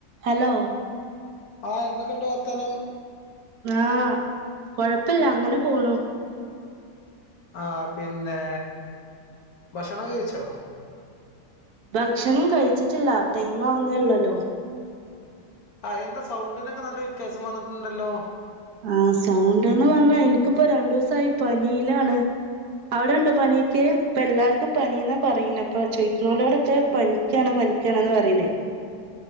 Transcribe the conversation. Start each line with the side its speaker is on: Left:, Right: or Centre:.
Right: Hello
Left: ആഹ് എന്തൊക്കെയുണ്ട് വർത്താനം?
Right: ആഹ് കൊഴപ്പില്ല അങ്ങനെ പോണു.
Left: ആഹ് പിന്നെ ഭക്ഷണം ഒക്കെകഴിച്ചോ?
Right: ഭക്ഷണം കഴിച്ചിട്ടില്ല ടൈം ആവുന്നല്ലുള്ളല്ലോ.
Left: ആഹ് എന്താ സൗണ്ടിനൊക്കെ നല്ല വ്യത്യാസം വന്നിട്ടുണ്ടല്ലോ?
Right: ആഹ് സൗണ്ട്ന്ന് പറഞ്ഞാ എനിക്കിപ്പോ രണ്ടു സായി പനിലാണ്. അവിടെണ്ടോ പനിയൊക്കെ ഇപ്പ എല്ലാവർക്കും പനിന്നാ പറയുന്നെ ഇപ്പൊ ചോയിക്കുന്നവരോടൊക്കെ പ പനിക്കയാണ് പനിക്കയാണെന്ന പറീന്നെ.